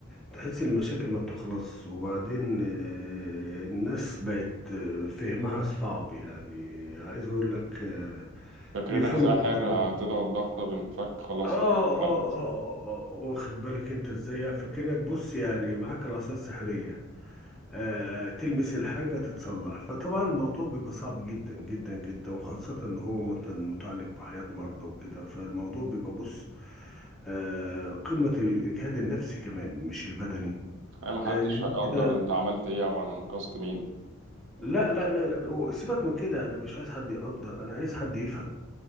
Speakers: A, in the centre; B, on the right.
A: تحس المشاكل ما بتخلص وبعدين آه، الناس بقت آه، فهمها صعب يعني عايز اقول لك آه،
B: فاكرينك
A: بيفهموا
B: ساحر
A: بصعوبة
B: هتضغط ضغطه بالمفك خلاص
A: آه آه,
B: اتحلت
A: آه آه آه واخد بالك أنت إزاي فكأنك بص يعني معاك العصاية السحرية آه تلمس الحاجة تتصلح فطبعا الموضوع بيبقى صعب جدا جدا جدا وخاصة إن هو مت- متعلق بحياة مرضى وكده فالموضوع بيبقى بص آه قمة الإجهاد النفسي كمان مش البدني
B: أي محدش
A: اللي انت
B: هيقدر أنت عملت إيه أو أنا أنقذت مين
A: لا لا لا لا هو سيبك من كده انا مش عايز حد يقدر انا عايز حد يفهم